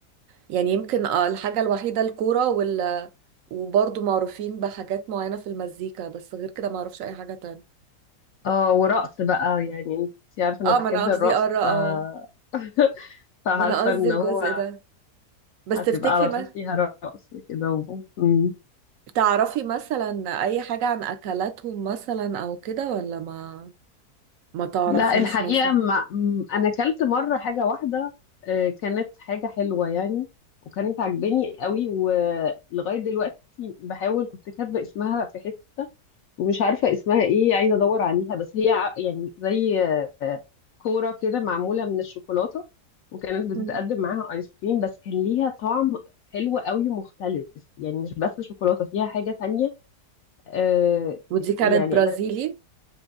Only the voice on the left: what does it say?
اه ورقص بقى يعني انت عارفه
انا بحب
الرقص
ف
<laughs> فحاسه
ان
هو
هتبقى
على
طول فيها رقص كده و... مم.
لا الحقيقة
ما م- أنا أكلت مرة حاجة واحدة آه، كانت حاجة حلوة يعني وكانت عجباني قوي ولغاية دلوقتي بحاول كنت كاتبة اسمها في حتة ومش عارفة اسمها ايه عايزة ادور عليها بس هي ع- يعني زي كورة كده معمولة من الشوكولاتة وكانت بتتقدم
معاها ايس كريم بس كان ليها طعم حلو قوي مختلف يعني مش بس شوكولاتة فيها حاجة تانية آه
يعني
انا